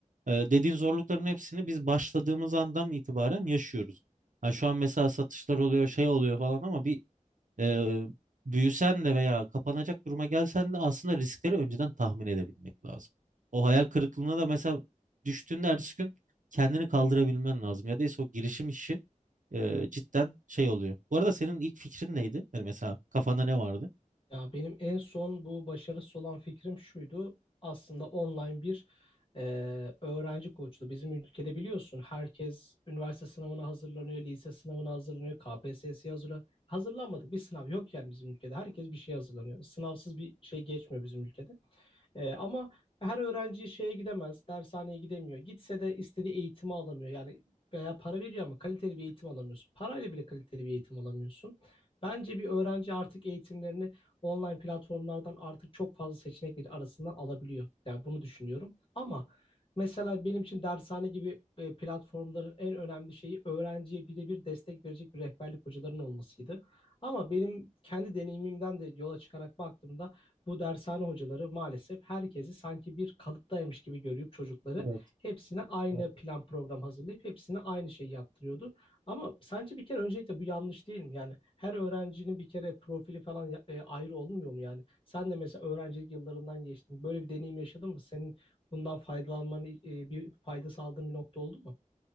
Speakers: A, on the right (about 70°); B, on the left (about 40°).
A: E, dediğin zorlukların hepsini biz başladığımız andan itibaren yaşıyoruz. Ha şu an mesela satışlar oluyor, şey oluyor falan ama bir e, büyüsen de veya kapanacak duruma gelsen de aslında riskleri önceden tahmin edebilmek lazım. O hayal kırıklığına da mesela düştüğünde ertesi gün kendini kaldırabilmen lazım. Ya da o girişim işi e, cidden şey oluyor. Bu arada senin ilk fikrin neydi? Yani mesela kafanda ne vardı?
B: Ya benim en son bu başarısız olan fikrim şuydu. Aslında online bir e, öğrenci koçluğu. Bizim ülkede biliyorsun herkes üniversite sınavına hazırlanıyor, lise sınavına hazırlanıyor, KPSS'ye hazırlanıyor. Hazırlanmadık bir sınav yok yani bizim ülkede. Herkes bir şey hazırlanıyor. Sınavsız bir şey geçmiyor bizim ülkede. Ee, ama her öğrenci şeye gidemez, dershaneye gidemiyor. Gitse de istediği eğitimi alamıyor. Yani veya para veriyor ama kaliteli bir eğitim alamıyorsun. Parayla bile kaliteli bir eğitim alamıyorsun. Bence bir öğrenci artık eğitimlerini online platformlardan artık çok fazla seçenek arasından alabiliyor. Yani bunu düşünüyorum. Ama mesela benim için dershane gibi e, platformların en önemli şeyi öğrenciye birebir destek verecek bir rehberlik hocaların olmasıydı. Ama benim kendi deneyimimden de yola çıkarak baktığımda bu dershane hocaları maalesef herkesi sanki bir kalıptaymış gibi görüp çocukları
A: Evet,
B: hepsine aynı
A: evet.
B: plan program hazırlayıp hepsine aynı şeyi yaptırıyordu. Ama sence bir kere öncelikle bu yanlış değil mi? Yani her öğrencinin bir kere profili falan ya- e, ayrı olmuyor mu yani? Sen de mesela öğrencilik yıllarından geçtin. Böyle bir deneyim yaşadın mı? Senin bundan faydalanmanın e, bir fayda sağladığın bir nokta oldu mu?